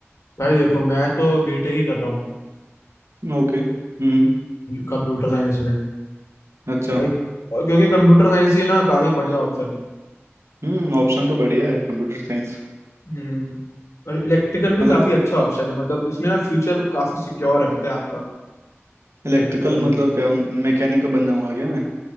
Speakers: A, on the left; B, on the right.
A: भाई देखो मैं तो बीटेक ही कर रहा हूँ
B: ओके हम्म
A: कंप्यूटर साइंस में
B: अच्छा
A: भाई और क्योंकि कंप्यूटर साइंस ही ना काफी बढ़िया ऑप्शन है
B: हम्म ऑप्शन तो बढ़िया है कंप्यूटर साइंस
A: हम्म और इलेक्ट्रिकल भी
B: मतलब
A: काफी अच्छा ऑप्शन है मतलब इसमें ना फ्यूचर काफी सिक्योर है पता है आपका
B: इलेक्ट्रिकल
A: इलेक्ट्रिकल
B: मतलब
A: भी
B: क्या मैकेनिकल बन जाऊंगा क्या मैं